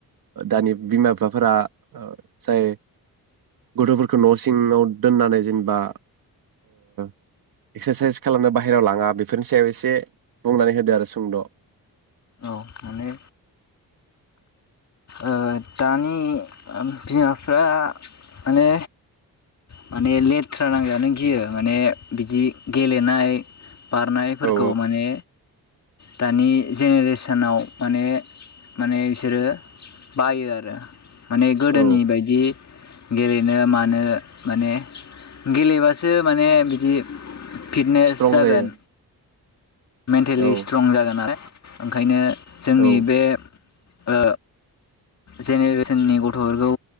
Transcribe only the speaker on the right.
दानि बिमा बिफाफोरा जाय गथफोरखौ न सिङाव दोननानै जेनेबा एक्सारसाइस खालामनो बाहेरायाव लाङा बेफोरनि सायाव एसे बुंनानै होदो आरो सुंद
औ
औ
स्ट्रं
जायो
औ
औ